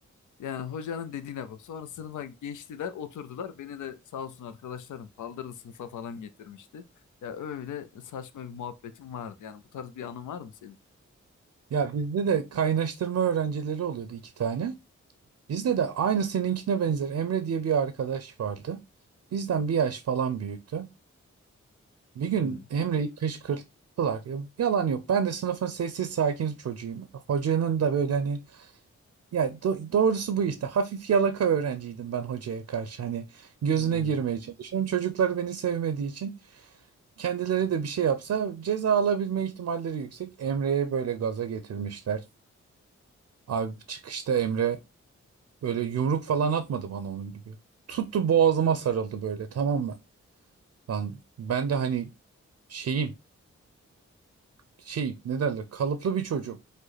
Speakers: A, on the left; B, on the right.
A: Yani hocanın dediğine bak. Sonra sınıfa geçtiler, oturdular. Beni de sağ olsun arkadaşlarım kaldırdı sınıfa falan getirmişti. Ya öyle saçma bir muhabbetim vardı. Yani bu tarz bir anın var mı senin?
B: Ya bizde de kaynaştırma öğrencileri oluyordu iki tane. Bizde de aynı seninkine benzer Emre diye bir arkadaş vardı. Bizden bir yaş falan büyüktü. Bir gün
A: Hmm,
B: Emre'yi kışkırttılar. Ya, yalan yok. Ben de sınıfın sessiz sakin çocuğuyum. Hocanın da böyle hani ya do- doğrusu bu işte. Hafif yalaka öğrenciydim ben hocaya karşı. Hani gözüne
A: hmm,
B: girmeye çalışıyorum. Çocuklar beni sevmediği için kendileri de bir şey yapsa ceza alabilme ihtimalleri yüksek. Emre'ye böyle gaza getirmişler. Abi çıkışta Emre Böyle yumruk falan atmadı bana onun gibi. Tuttu boğazıma sarıldı böyle tamam mı? Lan ben de hani şeyim şey ne derler kalıplı bir çocuk.